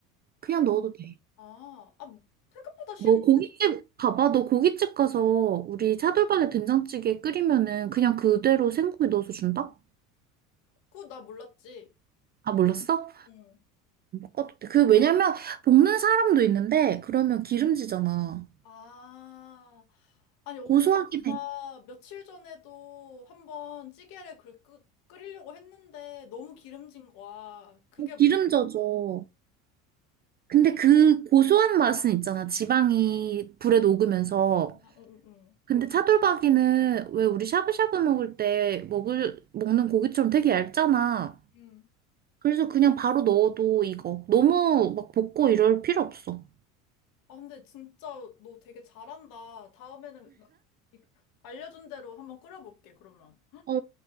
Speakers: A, on the right (about 25°); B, on the left (about 50°).
A: 그냥
B: 헉,
A: 넣어도 돼.
B: 아, 아, 뭐, 생각보다 쉽네.
A: 너 고깃집 봐봐. 너 고깃집 가서 우리
B: 응.
A: 차돌박이 된장찌개 끓이면은 그냥 그대로 생고기 넣어서 준다?
B: 그거 나 몰랐지.
A: 아 몰랐어?
B: 응.
A: 어, 그, 왜냐면, 볶는 사람도 있는데, 그러면 기름지잖아.
B: 아, 아니, 어쩐지
A: 고소하긴
B: 내가
A: 해.
B: 며칠 전에도 한번 찌개를 그 끄, 끓이려고 했는데 너무 기름진 거야. 그게 문제고.
A: 기름 져져. 근데
B: 어쩐지.
A: 그 고소한 맛은 있잖아. 지방이 불에 녹으면서.
B: 아, 응, 응, 응.
A: 근데 응. 차돌박이는 왜 우리 샤브샤브 먹을 때 먹을, 먹는 고기처럼 되게 얇잖아.
B: 응.
A: 그래서 그냥 바로 넣어도 익어. 너무 막 볶고 이럴 필요 없어.
B: 아, 근데 진짜 너 되게 잘한다. 다음에는 나 이- 알려준 대로 한번 끓여볼게, 그러면.
A: 어,